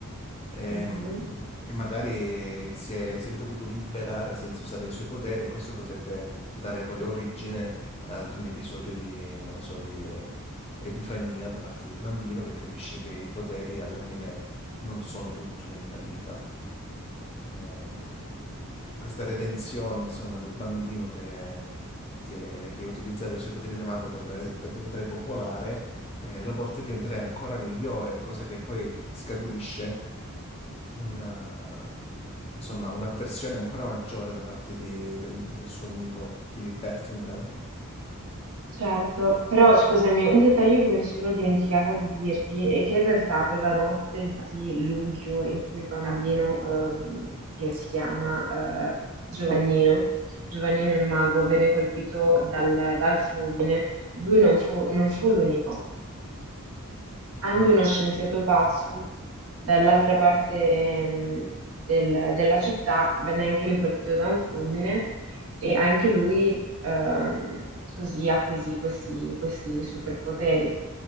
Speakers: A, on the left; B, on the right.
A: Ehm,
B: Mhm.
A: e magari si è, si è dovuto liberare senza usare i suoi poteri e questo potrebbe dare poi origine ad un episodio di, non lo so, di epifania da parte del bambino che capisce che i poteri alla fine non sono tutto nella vita. Ehm, E questa redenzione, insomma, del bambino che, che- che utilizzava i suoi poteri da mago per, per diventare popolare, eh, lo porta a diventare ancora migliore, cosa che poi scaturisce una, insomma, un'avversione ancora maggiore da parte di- del, del suo amico Filiberto, mi pare.
B: Certo, però scusami, un dettaglio che mi sono dimenticata di dirti è che in realtà quella notte di luglio in cui il bambino, ehm, che si chiama, eh, Giovannino, Giovannino il mago, venne colpito dal, dal fulmine, lui non fu, non fu l'unico. Anche
A: Ah,
B: uno scienziato pazzo dall'altra parte mh, del- della città venne anche lui colpito da un fulmine e anche lui ehm, così acquisì questi, questi superpoteri.